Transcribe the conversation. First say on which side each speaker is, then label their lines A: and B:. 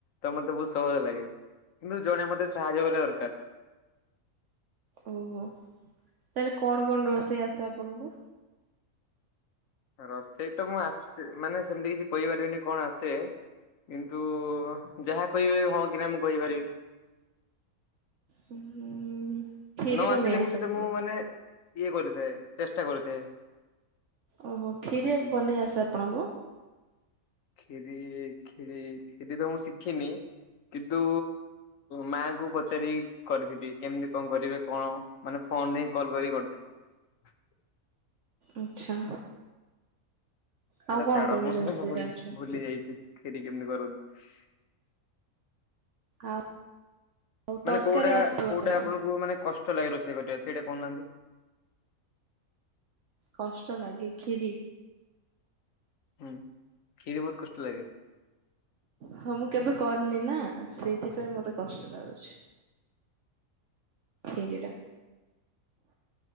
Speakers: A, on the left; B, on the right.
A: ତ ମତେ ବହୁତ ସହଜ ଲାଗେ କିନ୍ତୁ ଜଣେ ମତେ ସାହାଯ୍ୟ କରିବା ଦରକାର।
B: ଓହୋ ତାହେଲେ କଣ କଣ ରୋଷେଇ ଆସେ ଆପଣଙ୍କୁ?
A: ରୋଷେଇ ତ ମୁଁ ଆସେ ମାନେ ସେମତି କିଛି କହିପାରିବିନି କଣ ଆସେ? କିନ୍ତୁ ଯାହା କହିବେ ହଁ କି ନା ମୁଁ କହିପାରିବି?
B: ହୁଁ ଉଁ କ୍ଷୀରି
A: ନ
B: ବନେଇ
A: ଆସିଲେ
B: ଆସେ
A: ମୁଁ ସେଇଟା
B: ଆପଣଙ୍କୁ
A: ମୁଁ ମାନେ ଇଏ କରିଥାଏ ଚେଷ୍ଟା କରୁଥାଏ।
B: ଓହୋ ଖିରି ବନେଇ ଆସେ ଆପଣଙ୍କୁ?
A: ଖିରି ଖିରି ଖିରି ତ ମୁଁ ଶିଖିନି? କିନ୍ତୁ ମାଙ୍କୁୁ ପଚାରି କରିଥିଲି କେମିତି କଣ କରିବେ? କଣ ମାନେ ଫୋନରେ ହିଁ କଲ କରିକି କରିଥିଲି।
B: ଆଚ୍ଛା।
A: ସେଇଟା
B: ଆଉ କଣ
A: ଛାଡ
B: କଣ
A: ମୁଁ
B: ରୋଷେଇ
A: ସେଇଟା ଭ
B: ଜାଣିଛନ୍ତି?
A: ଭୁଲି ଯାଇଛି ଖିରି କେମତି କରନ୍ତି?
B: ଆଉ, ଆଉ ତରକାରୀ
A: ମାନେ କୋଉଟା
B: ଆସୁଥିବ
A: କୋଉଟା
B: ନା?
A: ଆପଣଙ୍କୁ ମାନେ କଷ୍ ଷ୍ଟ ଲାଗେ ରୋଷେଇ କରିବା ସେଇଟା କହୁନାହାନ୍ତି?
B: କଷ୍ଟ ଲାଗେ ଖିରି?
A: ହୁଁ, କ୍ଷୀରି ବହୁତ କଷ୍ଟ ଲାଗେ
B: ହଁ ମୁଁ କେବେ କରନି ନା ସେଇଥିପାଇଁ ମତେ କଷ୍ଟ ଲାଗୁଛି। ଖିରିଟା